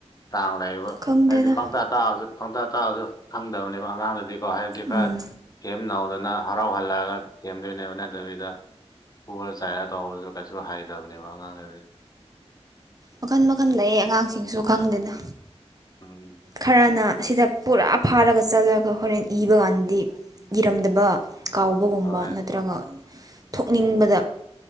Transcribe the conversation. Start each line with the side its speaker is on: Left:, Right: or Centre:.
Left: ꯆꯥꯡ ꯂꯩꯕ
Right: ꯈꯪꯗꯦꯗ
Left: ꯍꯥꯏꯗꯤ ꯄꯪꯇꯥꯛ ꯇꯥꯛꯑꯁꯨ ꯄꯪꯇꯥ ꯇꯥꯛꯑꯁꯨ ꯈꯪꯗꯕꯅꯦꯕ ꯑꯉꯥꯡꯗꯗꯤꯀꯣ ꯍꯥꯏꯕꯗꯤ ꯈꯔ
Right: ꯎꯝ
Left: ꯊꯦꯝ ꯅꯧꯗꯅ ꯍꯔꯥꯎ ꯍꯜꯂꯛꯑꯒ ꯊꯦꯝꯗꯣꯏꯅꯦꯕ ꯅꯠꯇꯕꯤꯗ ꯄꯨꯔ ꯆꯥꯏꯔ ꯇꯧꯔꯁꯨ ꯀꯩꯁꯨ ꯍꯩꯗꯕꯅꯦꯕ ꯑꯉꯥꯡꯗꯗꯤ
Right: ꯃꯈꯜ ꯃꯈꯜ ꯂꯩ ꯑꯉꯥꯡꯁꯤꯡꯁꯨ ꯈꯪꯗꯦꯗ
Left: ꯎꯝ ꯎꯝ
Right: ꯈꯔꯅ ꯑꯁꯤꯗ ꯄꯨꯔꯥ ꯐꯥꯔꯒ ꯆꯠꯂꯒ ꯍꯣꯔꯦꯟ ꯏꯕ ꯀꯥꯟꯗꯗꯤ ꯏꯔꯝꯗꯕ ꯀꯥꯎꯕꯒꯨꯝꯕ
Left: ꯍꯣꯏ
Right: ꯅꯠꯇ꯭ꯔꯒ ꯊꯣꯛꯅꯤꯡꯕꯗ